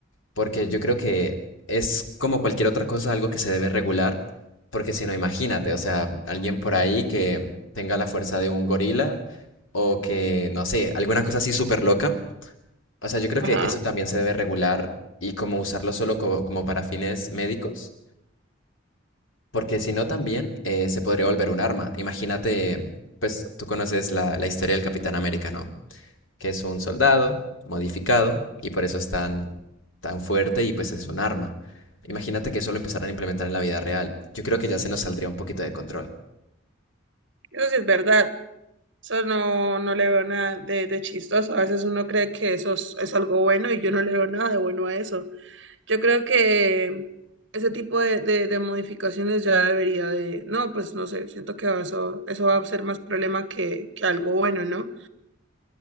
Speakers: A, on the left; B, on the right.
A: porque yo creo que es como cualquier otra cosa algo que se debe regular, porque si no, imagínate, o sea, alguien por ahí que tenga la fuerza de un gorila o que, no sé, alguna cosa así súper loca. O sea, yo creo
B: Ajá,
A: que eso también se debe regular y como usarlo solo co- como para fines médicos. Porque si no, también eh, se podría volver un arma. Imagínate, pues tú conoces la, la historia del Capitán América, ¿no? Que es un soldado modificado y por eso es tan, tan fuerte y pues es un arma. Imagínate que eso lo empezaran a implementar en la vida real. Yo creo que ya se nos saldría un poquito de control.
B: eso sí es verdad. Eso no, no le veo nada de, de chistoso. A veces uno cree que eso es, es algo bueno y yo no le veo nada de bueno a eso. Yo creo que ese tipo de, de, de modificaciones ya debería de... No, pues no sé, siento que eso, eso va a ser más problema que, que algo bueno, ¿no?